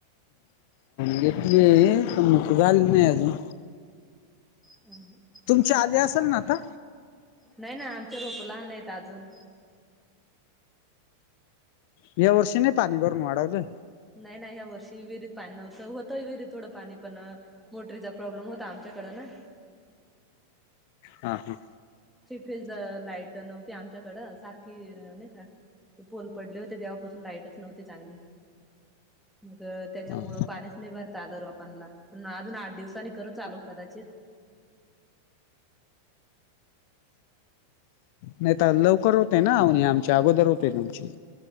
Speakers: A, on the left (about 45°); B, in the centre.
A: घेतली तर म जा नाही अजून
B: ह.
A: तुमची आले असेल ना आता
B: नाही ना आमचे रोप लहान आहेत अजून.
A: यावर्षी नाही पाणी करन वाडावलं.
B: नाही नाही ह्या वर्षी विहिरीत पाणी नव्हतं होतय विहिरीत थोडं पाणी पण मोटरीचा प्रॉब्लेम होता आमच्याकडं ना.
A: हा, हा.
B: सपेज लाईट नव्हती आमच्याकडं सारखी नाही का ते पोल पडले होते तेव्हापासून लाईटच नव्हती चांगली मग त्याच्यामुळं
A: हा
B: पाणीच नाही. भरता आलं र आपणला अजून आठ दिवसांनी करू चालू कदाचित
A: नाही तर लवकर होते ना आमच्या अगोदर होते आमची